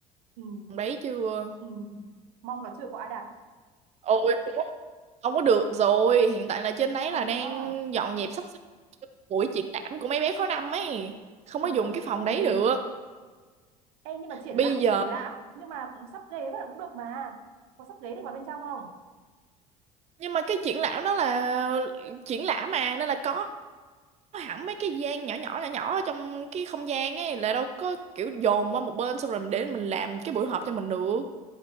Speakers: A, on the right; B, on the right.
A: ừ.
B: đấy chưa
A: Ừ. mong là chưa có ai đạt
B: ôi không có được rồi hiện tại là trên đấy
A: Sao
B: là đang
A: nữa?
B: dọn dẹp sắp xếp buổi triển lãm của mấy bé khối năm ấy không có
A: Ui
B: dùng
A: dồi
B: cái
A: ôi.
B: phòng đấy được
A: Ê nhưng mà triển
B: bây
A: lãm
B: giờ
A: thì triển lãm. Nhưng mà cũng sắp ghế vào cũng được mà. Có sắp ghế được vào bên trong không?
B: nhưng mà cái triển lãm đó là triển lãm mà nên là có hẳn mấy cái gian nhỏ nhỏ nhỏ nhỏ ở trong cái không gian ấy là đâu có kiểu dồn qua một bên xong rồi để mình làm cái buổi họp cho mình được